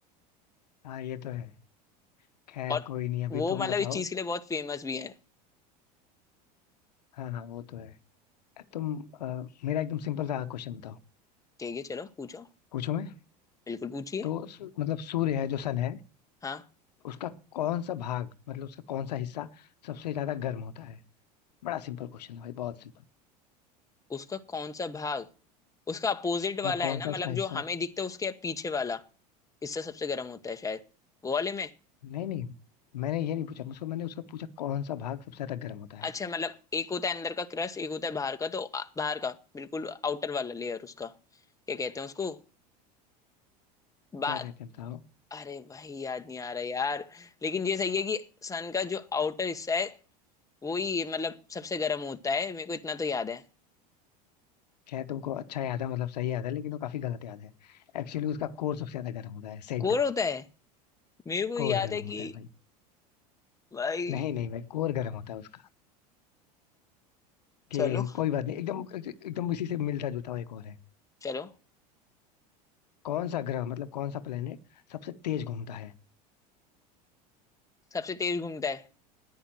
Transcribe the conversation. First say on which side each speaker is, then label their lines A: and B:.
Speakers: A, on the left; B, on the left.
A: हाँ ये तो है खैर
B: और
A: कोई नहीं अभी
B: वो
A: तुम
B: मतलब
A: बताओ
B: इस चीज के लिए बहुत फेमस भी है
A: हाँ हाँ वो तो है तुम अ, मेरा एकदम सिंपल सा क्वेश्चन बताओ
B: ठीक है चलो पूछो
A: पूछो मैं
B: बिल्कुल पूछिए
A: तो स- मतलब सूर्य है जो सन है
B: हाँ
A: उसका कौन सा भाग मतलब उसका कौन सा हिस्सा सबसे ज्यादा गर्म होता है बड़ा सिंपल क्वेश्चन है भाई बहुत सिंपल
B: उसका कौन सा भाग उसका अपोजिट वाला
A: कौन
B: है ना
A: सा
B: मतलब
A: उसका हिस्सा
B: जो हमें दिखता है उसके पीछे वाला इससे सबसे गर्म होता है शायद वो वाले में
A: नहीं नहीं मैंने ये नहीं पूछा मुझको मैंने उसका पूछा कौन सा भाग सबसे ज्यादा गर्म होता है
B: अच्छा मतलब एक होता है अंदर का क्रस्ट एक होता है बाहर का तो आ- बाहर का बिल्कुल आउटर वाला लेयर उसका क्या कहते हैं उसको बात
A: क्या कहते हैं बताओ
B: अरे भाई याद नहीं आ रहा यार लेकिन ये सही है कि सन का जो आउटर हिस्सा है वही मतलब सबसे गर्म होता है मेरे को इतना तो याद है
A: खैर तुमको अच्छा याद है मतलब सही याद है लेकिन वो काफी गलत याद है एक्चुअली उसका कोर सबसे ज्यादा गर्म होता है सेंटर
B: कोर होता है मेरे को
A: कोर
B: याद
A: गर्म
B: है
A: होता
B: कि
A: है भाई
B: भाई
A: नहीं नहीं भाई कोर गर्म होता है उसका कि
B: चलो
A: कोई बात नहीं एकदम एकदम इसी से मिलता जुलता हुआ एक और है
B: चलो
A: कौन सा ग्रह मतलब कौन सा प्लेनेट सबसे तेज घूमता है
B: सबसे तेज घूमता है